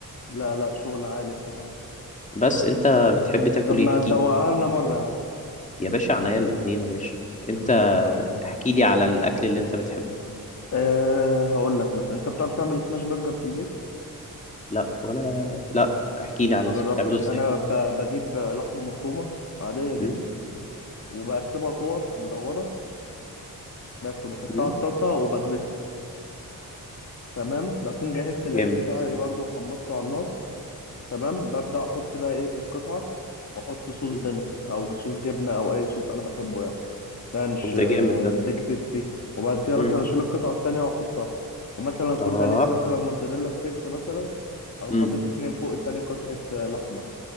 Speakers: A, on the left; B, on the left.
A: لا لا شغل عالي بصراحة
B: بس انت بتحب تاكل
A: طب ما
B: ايه احكيلي
A: تدوقها لنا مرة يا عم
B: يا باشا عنيا الاتنين يا باشا انت
A: حبيبي يا صاحبي
B: احكيلي على الاكل اللي انت بتحبه
A: أه هقول لك مثلا انت بتعرف تعمل سماش برجر في البيت
B: لا ولا لا احكيلي على
A: ما جربتش
B: بتعمله ازاي
A: انا ب... بجيب لحمة مفرومة عادية جدا
B: م?
A: وبقسمها كور مدورة بس وبحطها
B: م?
A: على الطاسة وبكبسها تمام بكون جهزت العيش
B: جامد
A: بتاعي برضو وحمصته على النار تمام ببدأ أحط بقى إيه القطعة وأحط صوص
B: م?
A: بينهم أو صوص جبنة أو أي صوص أنا بحبه يعني رانش
B: طب ده
A: آه،
B: جامد ده
A: بيك تيستي وبعد كده
B: م.
A: مثلا أشيل القطعة التانية وأحطها ومثلا أكون
B: اه
A: قليت مثلا موتزاريلا ستيكس مثلا أروح
B: م.
A: حاطط اتنين فوق التاني قطعة آه، لحمة